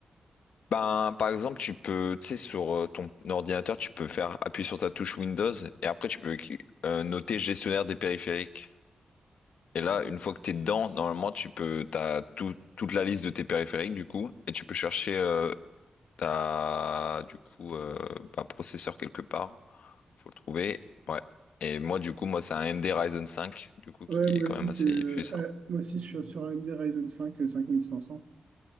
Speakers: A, on the left; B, on the right.
A: Ben, par exemple, tu peux, tu sais, sur euh, ton ordinateur, tu peux faire appuyer sur ta touche Windows et après tu peux euh, noter gestionnaire des périphériques. Et là,
B: Ouais,
A: une fois que t'es dedans, normalement, tu peux, t'as tout, toute la liste de tes périphériques du coup et tu peux chercher euh, ta, du coup, euh, ben, processeur quelque part. Faut le trouver. Ouais. Et moi, du coup, moi, c'est un AMD Ryzen 5, du coup, qui
B: Ouais,
A: est
B: moi
A: quand
B: aussi,
A: même
B: c'est,
A: assez
B: euh,
A: puissant.
B: ah, moi aussi, je suis sur AMD Ryzen cinq euh, 5500.